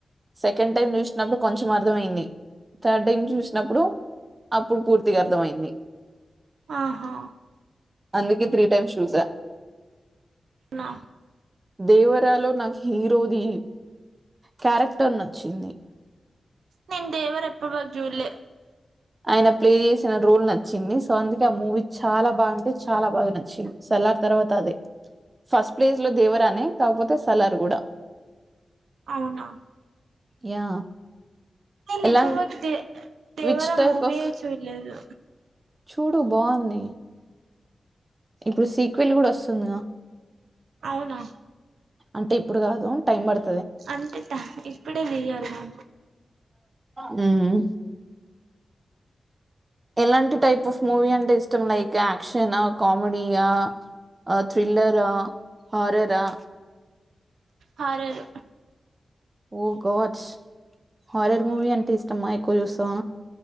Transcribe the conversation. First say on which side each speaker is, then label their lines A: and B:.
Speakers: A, on the right (about 30°); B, on the right (about 85°).
A: సెకండ్ టైం చూసినప్పుడు కొంచెం అర్థమయింది థర్డ్ టైం చూసినప్పుడు. అప్పుడు పూర్తిగా అర్థమయింది.
B: ఆహా
A: అందుకే త్రీ టైమ్ చూసా.
B: నా
A: దేవరాలో నాకు హీరోది క్యారెక్టర్ నచ్చింది.
B: నేను దేవర ఎప్పటి వరకు చూడలే
A: ఆయన ప్లే చేసిన రోల్ నచ్చ. నచ్చింది సో అందుకే ఆ మూవీ చాలా బాగా అంటే చాలా బాగా నచ్చింది సలార్ తర్వాత అదే. ఫస్ట్ ప్లేజ్ లో దేవరానే కాకపోతే సలార్ కూడా.
B: అవునా.
A: యా
B: నేను
A: ఎలా
B: ఇప్పటివరకు Devara
A: which type
B: movie
A: of
B: చూడలేదు.
A: చూడు బాగుంది. ఇప్పుడు సీక్వెల్ కూడా వస్తుందిగా.
B: అవునా.
A: అంటే ఇప్పుడు కాదు టైం పడుత.
B: అంతట ఇప్పుడే తీయాలగా.
A: హ్మ్
B: <inaudible>
A: ఎలాంటి టైప్ ఆఫ్ మూవీ అంటే ఇష్టం లైక్ యాక్షన్ కామెడీయా. ఆ థ్రిలర్ హారరా.
B: Horror
A: oh god horror movie అంటే ఇష్టమ్మా ఎక్కువ చూస్తాం.